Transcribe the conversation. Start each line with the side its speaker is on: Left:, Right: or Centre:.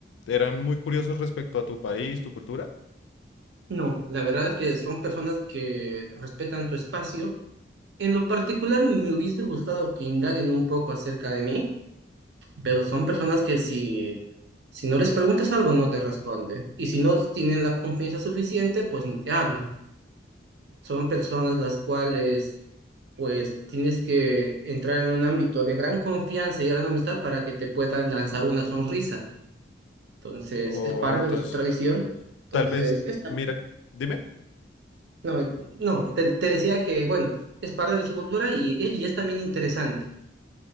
Left: ¿Eran muy curiosos respecto a tu país, tu cultura?
Right: No, la verdad es que son personas que respetan tu espacio. En lo particular me hubiese gustado que indaguen un poco acerca de mí, pero son personas que si, si no les preguntas algo no te responden. Y si no tienen la confianza suficiente, pues ni te hablan. Son personas las cuales pues tienes que entrar en un ámbito de gran confianza y gran amistad para que te puedan lanzar una sonrisa. Entonces,
Left: O
Right: es parte
Left: entonces,
Right: de su tradición. Entonces,
Left: tal vez,
Right: esta,
Left: mira, dime.
Right: no, eh, no, te, te decía que, bueno, es parte de su cultura y, y es también interesante.